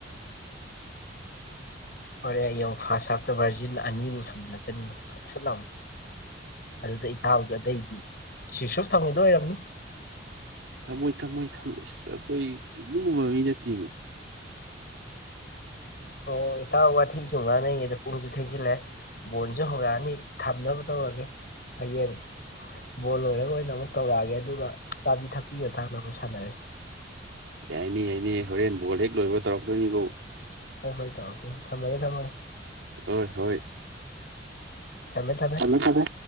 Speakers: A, on the left (about 55°); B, on the right (about 80°).
A: ꯍꯣꯔꯦ ꯑꯩꯡ ꯐꯥꯔꯁ ꯍꯥꯞꯇ ꯚꯥꯔꯖꯤꯟ ꯑꯅꯤꯕꯨ ꯊꯣꯝꯖꯤꯜꯂꯛꯀꯅꯤꯠ ꯂꯥꯎꯑꯣ ꯑꯗꯨꯗ ꯏꯇꯥꯎꯕꯗꯣ ꯑꯗꯩꯗꯤ ꯁꯤꯁꯨ ꯊꯪꯉꯗꯣ ꯑꯣꯏꯔꯝꯅꯤ
B: ꯊꯝꯃꯣꯏ ꯊꯝꯃꯣꯏ ꯊꯝꯃꯣꯏ ꯑꯁ ꯑꯩꯈꯣꯏ ꯂꯨꯕ ꯃꯤ ꯅꯠꯇꯤꯃꯦ
A: ꯑꯣ ꯏꯇꯥ ꯋꯥꯊꯤꯁꯨ ꯉꯥꯡꯅꯩꯌꯦ ꯑꯗꯣ ꯄꯨꯡꯁꯨ ꯊꯦꯡꯖꯤꯜꯂꯦ ꯕꯣꯟꯁꯨꯦ ꯍꯧꯔꯛꯑꯅꯤ ꯊꯝꯅꯕ ꯇꯧꯔꯒꯦ ꯍꯌꯦꯡ ꯕꯣꯜ ꯂꯣꯏꯔꯒꯥ ꯂꯣꯏ ꯑꯣꯏꯅ ꯑꯃꯨꯛ ꯇꯧꯔꯛꯑꯒꯦ ꯑꯗꯨꯒ ꯆꯥꯕꯤ ꯊꯛꯄꯤꯕ ꯃꯇꯥꯡꯗ ꯑꯃꯨꯛ ꯁꯥꯟꯅꯔꯁꯤ
B: ꯌꯥꯏꯅꯤ ꯌꯥꯏꯅꯤ ꯍꯣꯔꯦꯟ ꯕꯣꯜ ꯍꯦꯛ ꯂꯣꯏꯕ ꯇꯧꯔꯛꯇꯣꯏꯅꯤꯀꯣ
A: ꯍꯣꯏ ꯍꯣꯏ ꯇꯥꯛꯔꯀꯦ ꯊꯝꯃꯒꯦ ꯊꯝꯃꯒꯦ
B: ꯍ‌ꯣꯏ ꯍꯣꯏ
A: ꯊꯝꯃꯦ ꯊꯝꯃꯦ
B: ꯊꯃ‌ꯦ ꯊꯃ‌ꯦ